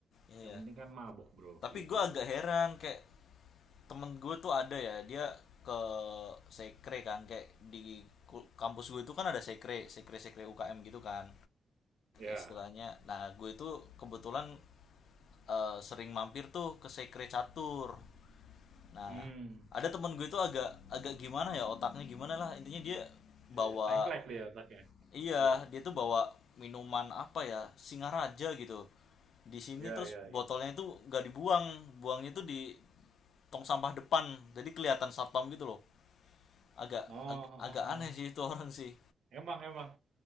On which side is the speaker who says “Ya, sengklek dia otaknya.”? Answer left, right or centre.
Right